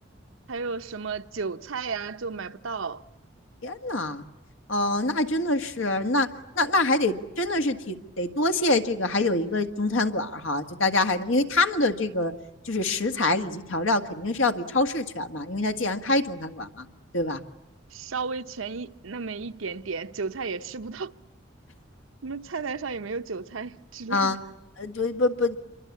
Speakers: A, on the right (about 85°); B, on the left (about 80°).
A: 还有什么韭菜呀、就买不到，
B: 天呐，哦，那真的是，那那那还得真的是挺得多谢这个，还有一个中餐馆儿哈，就大家还能，因为他们的这个就是食材以及调料肯定是要比超市全嘛，因为他既然开中餐馆嘛，对吧？
A: 稍微全一那么一点点，韭菜也吃不到，<laughs> 你们菜单上也没有韭菜之类的，
B: 啊，呃，对不不，